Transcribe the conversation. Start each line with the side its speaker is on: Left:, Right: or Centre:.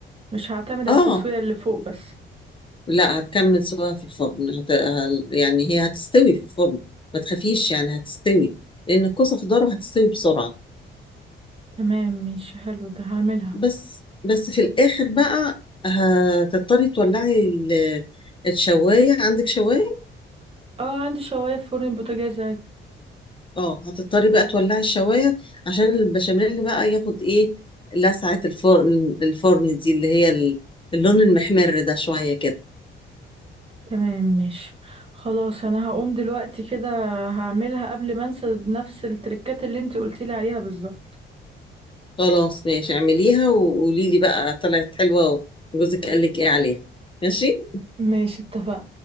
Right: مش هعتمد على
Left: آه
Right: التسويه اللي فوق بس
Left: لا هتكمل سواها في الفرن هت... هل- يعني هي هتستوي في الفرن ما تخافيش يعني هتستوي لأن الكوسة خضار هتستوي بسرعة
Right: تمام ماشي حلو ده هعملها
Left: بس بس في الآخر بقى هتضطري تولعي ال- الشواية عندك شواية
Right: اه عندي شواية في فرن البوتاجاز عادي
Left: اه هتضطري بقى تولعي الشوايه عشان البشاميل بقى ياخد ايه لسعه الفرن الفرن دي اللي هي ال- اللون المحمر ده شويه كده
Right: تمام ماشي خلاص انا هقوم دلوقتي كده هعملها قبل ما انسى بنفس التركات اللي انت قلتيلي عليها بالظبط
Left: خلاص ماشي اعمليها وقولي لي بقى طلعت حلوه وجوزك قال لك ايه عليها ماشي
Right: ماشي اتفقنا